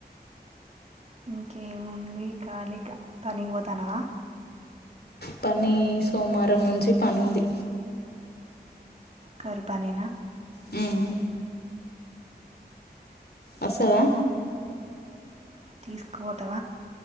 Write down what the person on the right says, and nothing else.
ఇంకేముంది ఖాళీ గా పనికి పోతానవా
కరువు పనీనా
తీసుకుపోతావ